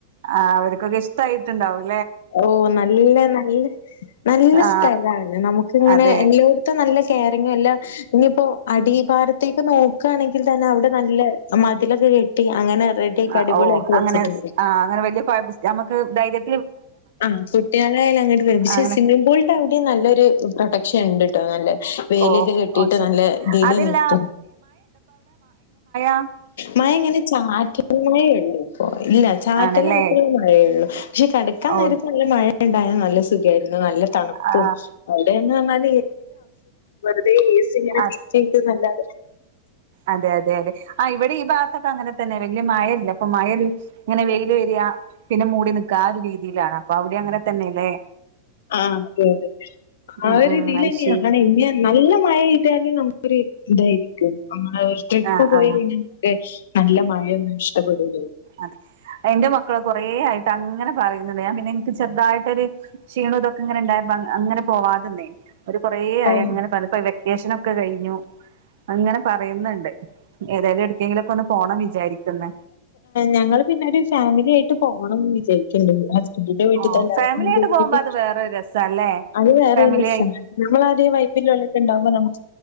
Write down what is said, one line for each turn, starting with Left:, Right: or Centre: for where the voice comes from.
Right: ആ അവർക്കൊക്കെ ഇഷ്ടായിട്ടുണ്ടാവില്ല
Left: ഓ നല്ല നല്ല നല്ല
Right: ആ
Left: സ്ഥലമാണ് നമുക്ക് ഇങ്ങനെ
Right: അതെ
Left: എല്ലായിടത്തും നല്ല കറിങ്ങ അല്ല ഇനിയിപ്പോ അടിഭാരത്തേക്ക് നോക്കുകയാണെങ്കിൽ തന്നെ അവിടെ നല്ല അതില കെട്ടി അങ്ങനെ റെഡിയാക്കി
Right: ആ
Left: അടിപൊളിയാക്കി
Right: ഓ അങ്ങനെ
Left: വെച്ചിട്ടുണ്ട്
Right: ആ അങ്ങനെ വലിയ കുഴ നമുക്ക് ധൈര്യ
Left: ആ കുട്ടികളായാലും അങ്ങോട്ട് വരും പക്ഷെ
Right: അങ്ങനെ
Left: സ്വിമ്മിംഗ പൂളിന്റെ അവിടെയും നല്ലൊരു പ്രൊട്ടക്ഷൻ ഉണ്ട് കേട്ടോ നല്ല വേലിയൊക്കെ
Right: ഓ
Left: കെട്ടിട്ട്
Right: ഓ ശരി
Left: നല്ല ഇതിൽ
Right: അതല്ല
Left: നിത്തും
Right: ആ
Left: മഴ ഇങ്ങനെ ചാറ്റ മഴേയള്ളു ഇപ്പ ഇല്ല ചാറ്റല്ല
Right: ആണല്ലേ
Left: മട്ടുള്ള മഴയള്ളൂ പക്ഷെ കടക്കാ
Right: ഓ
Left: നേര നല്ല മഴയണ്ടായ ന സുഖരുന്നു നല്ല തണുും
Right: ആ
Left: അ അ സന
Right: അ
Left: ചച്ച വല്ലെ
Right: അതെ അതെ അതെ ആ ഇവിടെ ഈ ഭാഗത്തൊക്കെ അങ്ങനെ തന്നെ വലിയ മഴല്ല അപ്പൊ മഴൽ ഇങ്ങനെ വ രിയാ പിന്നെ മൂടി നിക്ക ആ ഒരു രീതിയിലാണ് അപ്പൊ അവിടെ അങ്ങനെ തന്നെല്ലേ
Left: ആ അതെ അതെ ആ
Right: ഉം ഉം
Left: ഇതിൽ
Right: അത്
Left: ഇനി
Right: ശരി
Left: ആാണ് ഇനി നല്ല മഴ ചെയ്താലും ന ഇതായിരിക്കും അമ്മെ ഒരു ട്രിപ്പ്
Right: ആ
Left: പോയി
Right: ആ
Left: കഴിഞ്ഞാൽ നല്ല മഴയൊന്നും ഇഷ്ടപ്പെടൂല
Right: അതെ എന്റെ മക്കള് കൊറേ ആയിട്ട് അങ്ങനെ പറയുന്നുണ്ട് ഞാൻ പിന്നെ എനിക്ക് ചെറതായിട്ടൊരു ീ ഇതൊക്കെ ഇങ്ങനെണ്ട അങ്ങനെ പോവതന്നെ ഒരു കൊറെ ആയി
Left: ഓഹ്
Right: അങ്ങനെ പറ ഇപ്പൊ വെക്കേഷനൊക്കെ കഴിഞ്ഞു അങ്ങനെ പറയുന്നുണ്ട് ഏതായാലും എടുക്കെങ്കിലൊക്കെ ഒന്ന് പോണം വിചാരിക്കുന്ന
Left: ഞങ്ങൾ പിന്നെ ഒരു ഫാമിലി ആയിട്ട് പോകണംന്ന് വിചാരിക്കുന്നുണ്ട് ന്റെ വീട്ടത്തെ
Right: ഓ
Left: എല്ലാവരും
Right: ഫാമിലി ആയിട്ട് പോകുമ്പോ അത് വേറൊരു രസാല്ലേ
Left: അത് വേറെ
Right: ഫാമിലി ആയി
Left: നമ്മളത ബല്ലൊക്കെണ്ടുമോ നമക്ക്